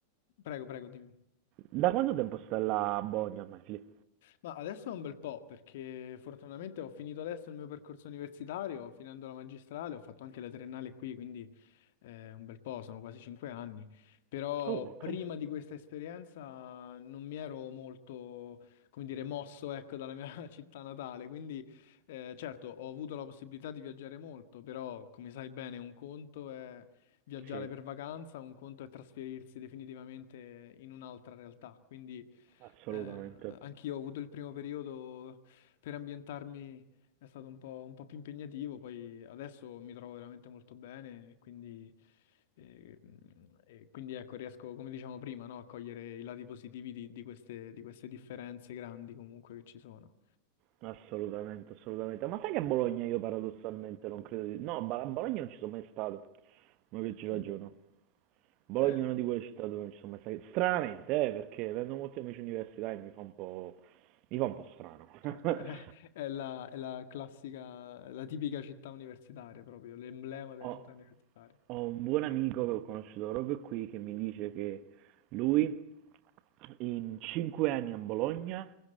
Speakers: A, on the left; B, on the right.
A: prego, prego, dimmi.
B: da quanto tempo stai là a Bologna ormai, Fili
A: Ma adesso è un bel po', perché fortunatamente ho finito adesso il mio percorso universitario, finendo la magistrale, ho fatto anche la triennale qui, quindi eh, un bel po', sono quasi cinque anni. Però
B: Oh, ok.
A: prima di questa esperienza non mi ero molto, come dire, mosso, ecco, dalla mia <laughs> città natale, quindi eh, certo ho avuto la possibilità di viaggiare molto, però come sai bene un conto è viaggiare
B: Sì,
A: per vacanza, un conto è trasferirsi definitivamente in un'altra realtà. Quindi
B: assolutamente.
A: eh, anch'io ho avuto il primo periodo per ambientarmi è stato un po', un po' più impegnativo, poi adesso mi trovo veramente molto bene e quindi, eh, mh, e quindi ecco, riesco, come diciamo prima, no, a cogliere i lati positivi di, di queste, di queste differenze grandi comunque che ci sono.
B: Assolutamente, assolutamente. Ma sai che a Bologna io paradossalmente non credo di... No, a Bologna non ci sono mai stato. Ma che ci ragiono.
A: Mm.
B: Bologna
A: Eh,
B: è una di quelle città dove non ci sono mai stato. Stranamente, eh, perché avendo molti amici universitari mi fa un po'... mi fa un po' strano.
A: Certo,
B: <laughs>
A: è, <laughs> è la, è la classica, la tipica città universitaria proprio, l'emblema della
B: Ho,
A: città universitaria.
B: ho un buon amico che ho conosciuto proprio qui che mi dice che lui in cinque anni a Bologna